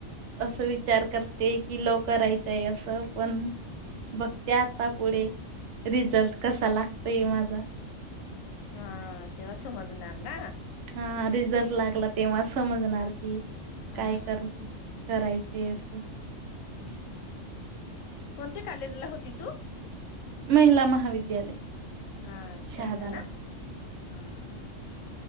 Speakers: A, on the right (about 70°); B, on the left (about 85°).
A: असं विचार करते, कि लो करायचाय असं. पण बघते आता पुढे रिझल्ट कसा लागतोय माझा.
B: हा तेव्हा समजणार ना,
A: ह रिझल्ट लागला तेव्हा समजणार, कि
B: हा
A: काय कर करायच. तेसं
B: हम् कोणत्या कालेजला होती तू?
A: महिला महाविद्यालय.
B: हा शहादना
A: शहादाला
B: हा,